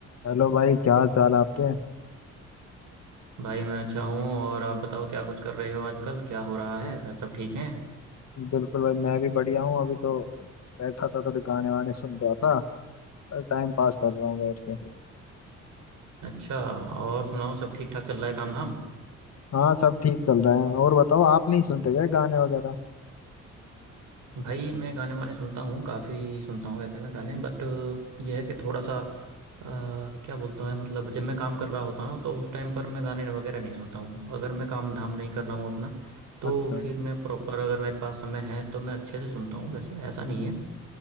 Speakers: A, on the left (about 55°); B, on the right (about 75°).
A: Hello भाई क्या हाल चाल है आपके
B: भाई मैं अच्छा हूँ और आप बताओ क्या कुछ कर रहे हो आजकल क्या हो रहा है घर सब ठीक हैं
A: बिल्कुल भाई मैं भी बढ़िया हूँ अभी तो बैठा था थोड़े गाने वाने सुन रहा था और टाइम पास कर रहा हूँ बैठ के
B: अच्छा और सुनाओ सब ठीक ठाक चल रहा है काम धाम
A: हाँ सब ठीक चल रहा है और बताओ आप नहीं सुनते क्या गाने वगैरह
B: भाई मैं गाने वाने सुनता हूँ काफ़ी सुनता हूँ ऐसे में गाने बट यह है कि थोड़ा सा अ, क्या बोलते हैं मतलब जब मैं काम कर रहा होता हूँ ना तो उस टाइम पर मैं गाने वगैरह नहीं सुनता हूँ अगर मैं काम धाम नहीं कर रहा हूँ अपना तो
A: अच्छा
B: फिर मैं प्रॉपर अगर मेरे पास समय है तो मैं अच्छे से सुनता हूँ वैसे ऐसा नहीं है